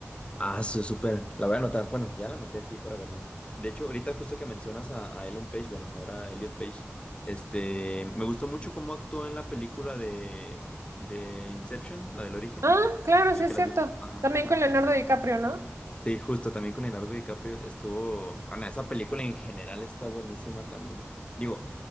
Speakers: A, on the left; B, on the right.
A: Ah, eso súper. La voy a anotar. Bueno, ya la anoté aquí para verla. De hecho, ahorita justo que mencionas a, a Ellen Page, bueno, ahora a Elliot Page, este, me gustó mucho cómo actuó en la película de, de Inception, la del origen.
B: Ah, claro,
A: Digo
B: sí es
A: que la
B: cierto.
A: has visto. Ajá.
B: También con Leonardo
A: Sí,
B: DiCaprio,
A: sí, sí.
B: ¿no?
A: Sí, justo también con Leonardo DiCaprio estuvo. Ana, esa película en general está buenísima también. Digo,